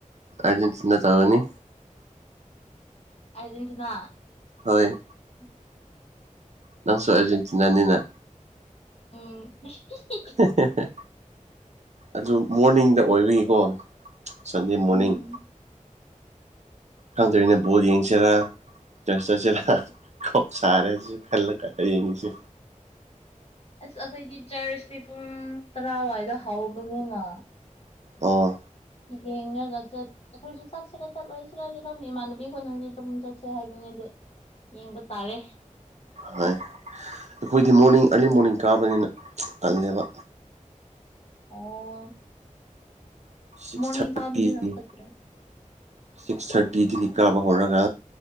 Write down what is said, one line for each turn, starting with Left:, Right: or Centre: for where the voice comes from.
Right: ꯑꯔꯖꯦꯟꯇꯤꯅꯥ ꯇꯧꯔꯅꯤ
Left: ꯑꯔꯖꯦꯟꯇꯤꯅꯥ
Right: ꯍꯣꯢ
Left: ꯎꯝ
Right: ꯅꯪꯁꯨ ꯑꯔꯖꯦꯟꯇꯤꯅꯥꯅꯤꯅ
Left: ꯎꯝ ꯑꯍꯤꯍꯤ
Right: ꯑꯍꯦꯍꯦꯍꯦ ꯑꯗꯨ ꯃꯣꯔꯅꯤꯡꯗ ꯑꯣꯢꯕꯒꯤꯀꯣ ꯁꯟꯗꯦ ꯃꯣꯔꯅꯤꯡ
Left: ꯎꯝ
Right: ꯈꯪꯗ꯭ꯔꯦꯅꯦ ꯕꯣꯜ ꯌꯦꯡꯁꯤꯔꯥ ꯆꯔ꯭ꯁ ꯆꯠꯁꯤꯔ ꯀꯣꯛ ꯁꯥꯔꯦ ꯑꯩꯖꯦ ꯈꯜꯂꯒ ꯍꯌꯦꯡꯒꯤꯖꯦ
Left: ꯑꯁ ꯑꯩꯈꯣꯢꯒꯤ ꯆꯔꯆꯇꯤ ꯄꯨꯡ ꯇꯔꯥꯋꯥꯢꯗ ꯍꯧꯕꯅꯤꯅ
Right: ꯑꯣ
Left: ꯌꯦꯡꯉꯒ ꯆꯠ ꯑꯩꯈꯣꯏꯖꯨ ꯆꯠꯁꯤꯔ ꯆꯠꯂꯣꯢꯁꯤꯔꯗꯤ ꯈꯟꯕꯅꯤ ꯏꯃꯥꯟꯅꯕꯤ ꯈꯣꯢꯅꯗꯤ ꯆꯨꯝ ꯆꯠꯁꯦ ꯍꯥꯢꯕꯅꯤ ꯑꯗꯨ ꯌꯦꯡꯕ ꯇꯥꯔꯦ
Right: ꯍꯣꯢ ꯑꯩꯈꯣꯢꯗꯤ ꯃꯣꯔꯅꯤꯡ ꯑꯔꯂꯤ ꯃꯣꯔꯅꯤꯡ ꯀꯥꯕꯅꯤꯅ ꯇꯜꯂꯦꯕ
Left: ꯑꯣ
Right: ꯁꯤꯛꯁ
Left: ꯃꯣꯔꯅꯤꯡ
Right: ꯊꯥꯔꯇꯤꯒꯤ
Left: ꯀꯥꯕꯗꯨꯅ ꯐꯠꯇ꯭ꯔꯣ
Right: ꯁꯤꯛꯁ ꯊꯥꯔꯇꯤꯗꯒꯤ
Left: ꯑꯣ
Right: ꯀꯥꯕ ꯍꯣꯔꯒ